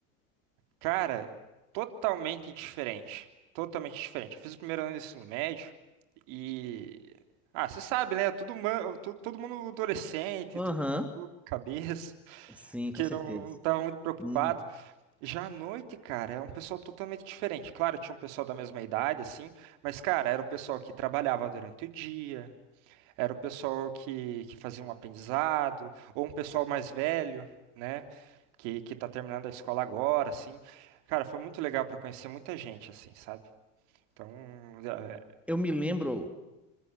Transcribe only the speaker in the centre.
Aham.
Sim, com
certeza.
Hum,
Eu me lembro,